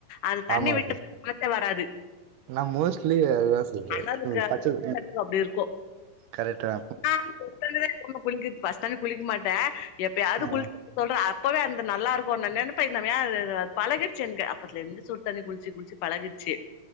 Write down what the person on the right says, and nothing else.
ஆமா
சிஸ்டர்
நா மோஸ்ட்லி அதுதா சொல்றே
ம்
பச்ச
கரெகா
ஆ